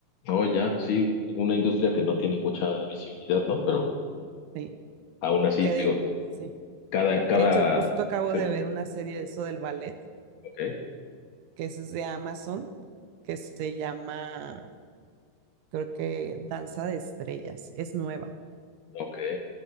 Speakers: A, on the left; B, on the right.
A: No, ya, sí, una industria que no tiene mucha visibilidad, ¿no? Pero
B: Sí,
A: aún así,
B: que de...
A: digo,
B: sí.
A: cada, cada,
B: De hecho, justo acabo
A: que-
B: de ver una serie de eso del ballet,
A: ok,
B: que es de Amazon, que se llama, creo que Danza de Estrellas, es nueva.
A: ok,